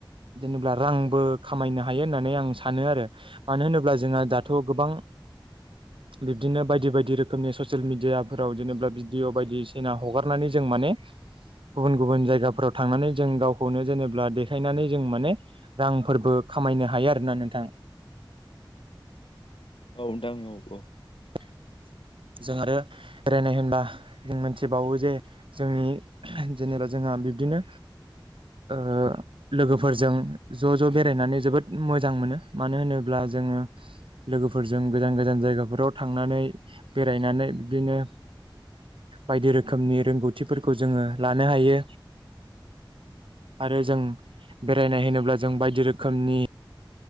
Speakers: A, on the right; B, on the left.
A: जेनेब्ला रांबो खामायनो हायो होननानै आं सानो आरो मानो होनोब्ला जोंहा दाथ' गोबां <inaudible> बिब्दिनो बायदि बायदि रोखोमनि ससियेल मेडियाफोराव जेनेबा भिडिअ बायदिसिना हगारनानै जों माने गुबुन गुबुन जायगाफोराव थांनानै जों गावखौनो जेनेबा देखायनानै जों माने रांफोरबो खामायनो हायो आरोना नोंथां <inaudible>
B: औ नोंथां औ औ
A: <inaudible> जों आरो बेरायनाय होनबा जों मोनथिबावो जे जोंनि जेनेबा जोंहा बिदिनो ओ लोगोफोरजों ज' ज' बेरायनानै जोबोद मोजां मोनो मानो होनोब्ला जोङो लोगोफोरजों गोजान गोजान जायगाफोराव थांनानै बेरायनानै बिदिनो बायदि रोखोमनि रोंगौथिफोरखौ जोङो लानो हायो आरो जों बेरायनाय होनोब्ला जों बायदि रोखोमनि